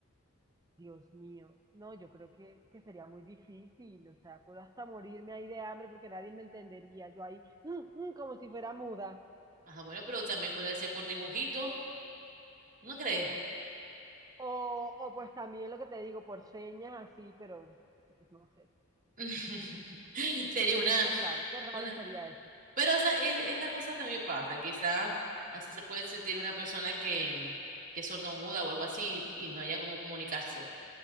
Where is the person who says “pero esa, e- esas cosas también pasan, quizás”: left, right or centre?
Right